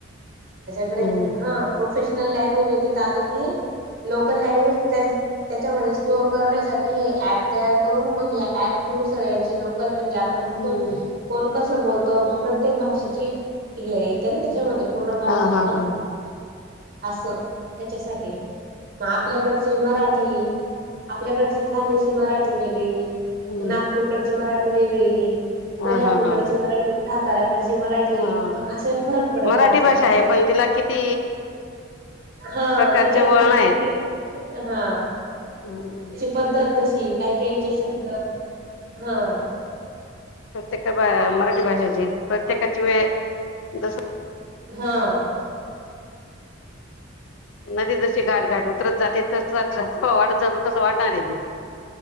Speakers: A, on the right; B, on the left.
A: त्याच्याकडे
B: हम्म.
A: हा प्रोफेशनल लँग्वेज होती ती आता ती लोकल लँग्वेज त्याच्यामध्ये स्टोअर काढण्यासा ठी ऍप तयार करून मग ह ऍप थू सगळ्यांची लोकल म्हणजे आता मग
B: हम्म
A: को कोण कसं बोलतो मग प्रत्येक भाषेची हे येत ना त्याच्यामध्ये पूर्ण भारतातला
B: हा हा हा
A: असं त्याच्यासाठी हाय. मग आपल्याकडचे मराठी आपल्याकडचे खानदेशी मराठी वेगळी
B: हम्म
A: नागपूरकडची मराठी वेगळी.
B: हा
A: कोल्हापूर
B: हा हा
A: कडची मराठी साताऱ्या कडची मराठी
B: हा.
A: म अस फरक पडत
B: मराठी
A: जातो
B: भाषा
A: असं.
B: आहे पण तिला किती
A: हा
B: प्रकारचे
A: तिच्यात
B: वळण
A: म्हणजे किती हा.
B: हम्!
A: पद्धत कशी आहे काय काययांचे शब्द हा.
B: प्रत्येका मराठी भाषेची प्रत्येकाची वेळ जस
A: हा! <inaudible>
B: नदी जशी घाट घाट उतरत जाते तस वाढत जातो तस वाढणार आहे ते.